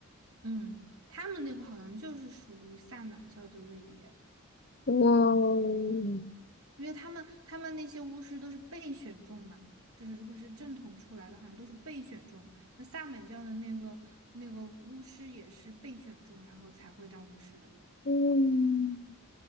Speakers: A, on the right; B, on the left.
A: 嗯，他们那个好像就是属于萨满教的类别，
B: 哇哦，
A: 嗯因为他们他们那些巫师都是被选中嘛，就是如果是正统出来的，好像都是被选中。那萨满教的那个那个巫师也是被选中，然后才会当巫师的。
B: 嗯，